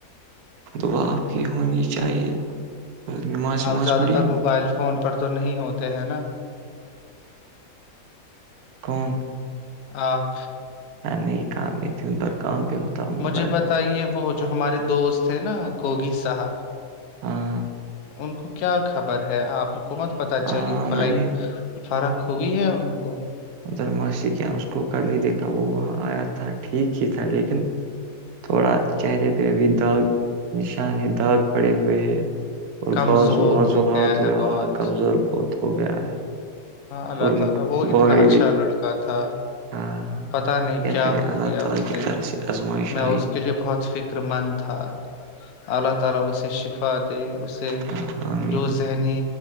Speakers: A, on the right; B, on the left.
A: دعا آپ کی ہونی چاہے نماز وماز
B: آپ زیادہ
A: پڑی
B: تر موبائل فون پر تو نہیں ہوتے ہیں نا
A: کون
B: آپ
A: نہیں کام ہے دون در کام بھیہ ہوتا ہوں موبائل
B: مجھے بتائیے
A: کو کیا۔
B: وہ جو ہمارے دوست ہیں نا گوگی صاحب
A: ہاں
B: ان کو کیا خبر ہے آپ حکومت پتہ
A: ہاں
B: چلی فلک
A: میں نے
B: فرق ہوئی ہے ان کو
A: ا درماسی کے اس کو کل ہی دیکھا وہ وہاں آیا تھا ٹھیک ہی تھا لیکن تھوڑا چہرے پہ بھی داغ نشان ہے داغ پڑے ہوئے ہے اور
B: کمزور
A: بازو وازوہاتاں
B: ہو گیا ہے بہت
A: کمزور بہت ہو گیا ہے
B: اللہ
A: اور ان
B: تعالی وہ اتنا
A: باڈی
B: اچھا
A: بھی
B: لڑکا تھا
A: آہ،
B: پتا نہیں کیا
A: کرے
B: ہو
A: اللہ
B: گیا
A: تعالی
B: اس
A: کی
B: سے
A: طرح آزمائش
B: میں
A: آئی
B: اس کے لیے بہت فکر مند تھا اللہ تعالی اسے شفاع فادے سے
A: آہ، آمین
B: جو ذہنی